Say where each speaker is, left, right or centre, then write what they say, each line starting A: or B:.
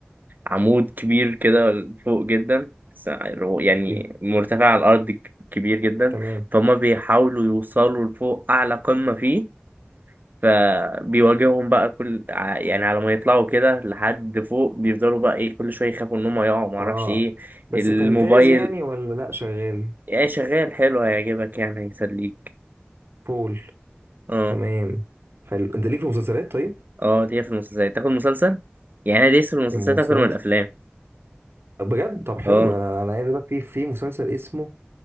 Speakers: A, on the right; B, on the right.
A: عمود كبير كده فوق جدا س- يعني
B: ال-
A: مرتفع على الارض ك- كبير جدا
B: تمام
A: فهم بيحاولوا يوصلوا لفوق اعلى قمة فيه فبيواجههم بقى كل ع- يعني على ما يطلعوا كده لحد فوق بيفضلوا بقى ايه كل شويه يخافوا ان هم يقعوا معرفش
B: اه
A: ايه
B: بس
A: الموبايل
B: فانتازي يعني ولا لا شغال
A: يعني شغال حلو هيعجبك يعني هيسليك
B: فول
A: اه
B: تمام حلو انت ليك في مسلسلات طيب
A: اه ليا في المسلسلات تاخد مسلسل يعني انا ليا في المسلسلات
B: المسلسل
A: اكتر من الافلام
B: بجد طب حلو
A: اه
B: انا انا عايز اقول لك في في مسلسل اسمه